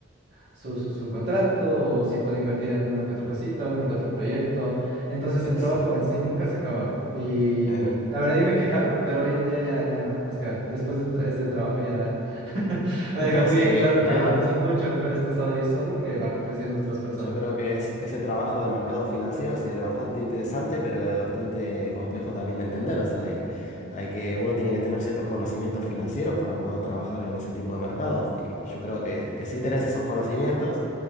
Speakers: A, on the right (about 55°); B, on the left (about 35°).
A: su, su, su contrato, o si puede invertir en alguna que otra cosita, uno que otro proyecto. Entonces
B: Es,
A: el trabajo en sí nunca se acababa. Y
B: eh,
A: la verdad yo me quejaba, pero hoy en día ya, ya no. Es que después de tra- este trabajo ya <laughs> me
B: <laughs>
A: deja muy
B: sí,
A: en claro
B: ah,
A: que la paso mucho mejor estresado yo solo que bajo presión de otras personas.
B: yo creo que es ese trabajo de mercados financieros es bastante interesante, pero es bastante complejo también de entender. O sea, hay, hay que, uno tiene que tener ciertos conocimientos financieros para poder trabajar en ese tipo de mercados. Y yo creo que, que sí tenés esos conocimientos